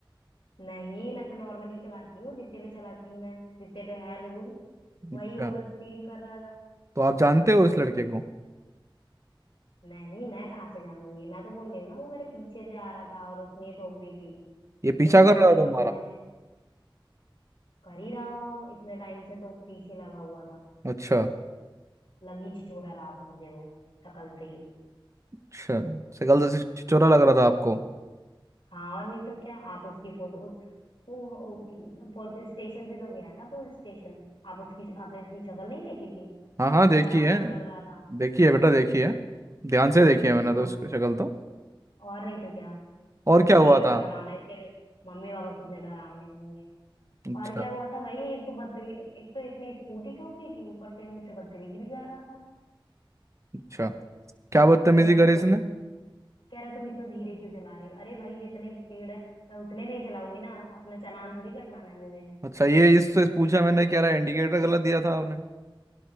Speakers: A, on the left; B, on the right.
A: नहीं मैं तो नॉर्मली चलाती हूँ जितने पे चलाती हूँ मैं जितने पे है रूल
B: अच्छा
A: वही ओवर स्पीडिंग कर रहा था
B: तो आप जानते हो इस लड़के को
A: नहीं मैं कहाँ से जानूंगी मैं तो बोल रही हूँ ना वो मेरे पीछे से आ रहा था और उसने ही ठोक दी थी एक
B: ये पीछा
A: तो पता
B: कर
A: नहीं
B: रहा था
A: कौन
B: तुम्हारा
A: से नशे कर ही रहा होगा इतने टाइम से तो पीछे लगा हुआ था
B: अच्छा
A: लगी छिछोरा रहा था मुझे वो शक्ल से ही
B: अच्छा शक्ल से छिछोरा लग रहा था आपको
A: हाँ और नहीं तो क्या आप उसकी फोटो उस, वो, वो पुलिस स्टेशन भी तो गया था पुलिस स्टेशन आप उसकी आपने उसकी शक्ल नहीं देखी थी
B: हाँ हाँ
A: कितना
B: देखी
A: डरावना
B: है
A: सा लग रहा था
B: देखी है बेटा देखी है ध्यान से देखी है मैंने
A: हम्म
B: तो उसकी शक्ल तो
A: और नहीं तो क्या
B: और
A: जब
B: क्या
A: ये
B: हुआ
A: इतना
B: था
A: डरावना है इसके मम्मी पापा कितने डरावने होंगे
B: अच्छा
A: और क्या हुआ था भाई एक तो बदतमीज एक तो इसने स्कूटी ठोक दी थी ऊपर से मुझसे बदतमीजी भी कर रहा था
B: अच्छा क्या बदतमीजी
A: कह रहा था
B: करी
A: तुम
B: इसने
A: कह रहा तुम इतना धीरे क्यों चला रही हो अरे भाई जितनी स्पीड है मैं उतने में ही चलाऊंगी ना अपना चालान थोड़ी कटवाना है मुझे
B: अच्छा ये इससे पूछा मैंने क्या रहा इंडिकेटर गलत दिया था आपने